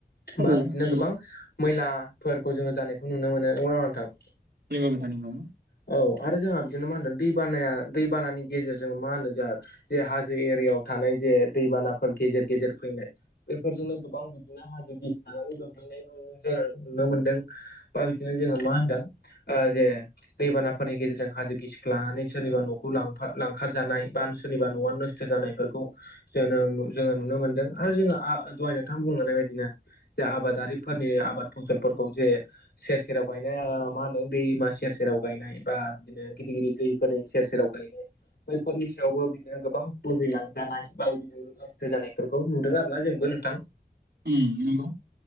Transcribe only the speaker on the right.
औ
नंगौ
नोंगौ नोंथां नोंगौ
उम हो